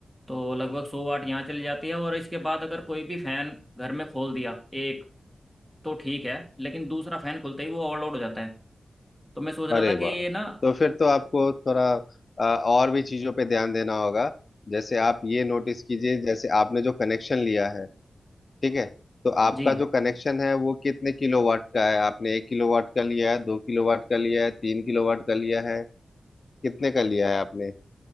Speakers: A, in the centre; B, on the left.
A: तो लगभग सौ वाट यहाँ चली जाती है और इसके बाद अगर कोई भी फैन घर में खोल दिया एक तो ठीक है लेकिन दूसरा फैन खुलते ही वो ओवरलोड हो जाता है तो मैं सोच रहा
B: अरे
A: था कि
B: वाह
A: ये ना
B: तो फिर तो आपको थोड़ा अ, और भी चीजों पे ध्यान देना होगा जैसे आप ये नोटिस कीजिए जैसे आपने जो कनेक्शन लिया है ठीक है तो आपका
A: जी
B: जो कनेक्शन है वो कितने किलोवाट का है आपने एक किलोवाट का लिया है दो किलोवाट का लिया है तीन किलोवाट का लिया है कितने का लिया है आपने